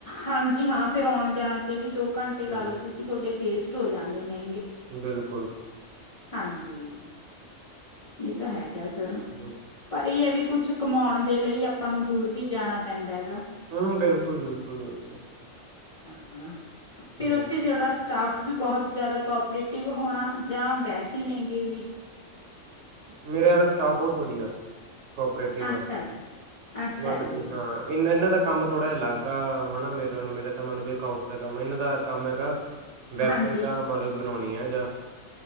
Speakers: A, on the left (about 40°); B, on the right (about 75°).
A: ਹਾਂਜੀ ਹਾਂ ਫਿਰ ਆਉਣ ਜਾਨ ਤੇ ਵੀ ਦੋ ਘੰਟੇ
B: ਹੂੰ
A: ਲਾ ਲਓ ਤੁਸੀਂ ਤੁਹਾਡੇ ਪੇਸਟ ਹੋ ਜਾਂਦੇ ਨੇ
B: ਬਿਲਕੁਲ
A: ਹਾਂਜੀ ਇਹ ਤਾ ਹੈ ਕਿਆ ਸਰ
B: ਹੂੰ
A: ਪਰ ਇਹ ਵੀ ਕੁਛ ਕਮਾਉਣ ਦੇ ਲਈ ਆਪਾਂ ਨੂੰ ਦੂਰ ਵੀ ਜਾਣਾ ਪੈਂਦੈ
B: ਹਮ ਬਿਲਕੁਲ ਬਿਲਕੁਲ ਬਿਲਕੁਲ
A: <unintelligible> ਫੇਰ
B: ਹੂੰ
A: ਓਥੇ ਜਿਹੜਾ ਸਟਾਫ ਵੀ ਬਹੋਤ ਜ਼ਿਆਦਾ ਕੋਪਰੇਟਿਵ ਹੋਣਾ ਜਾਂ ਵੈਸਹੀ ਨਹੀਂ ਗ ਵੀ
B: ਮੇਰਾ ਸਟਾਫ ਬਹੋਤ ਵਧਐ ਕੋਪਰੇਟਿਵ
A: ਅੱਛਾ ਜੀ ਅੱਛਾ
B: <unintelligible>
A: ਜੀ
B: ਵੀ ਹਾਂ ਇਹਨਾ ਇਹਨਾਂ ਤ ਕੰਮ ਥੋੜਾ ਅਲੱਗ ਆ ਹਨਾ ਮੇਰੇ ਨਾਲ ਮੇਰਾ ਤਾਂ ਮਤਲਬ ਵੀ ਅਕਾਊਂਟ ਦਾ ਕੰਮ ਇਹਨਾਂ ਦਾ ਕੰਮ ਹੈਗਾ ਵੈਬਸਾਈਟਾਂ
A: ਹਾਂਜੀ।
B: ਮਤਲਬ ਬਣਾਉਣੀ <unintelligible>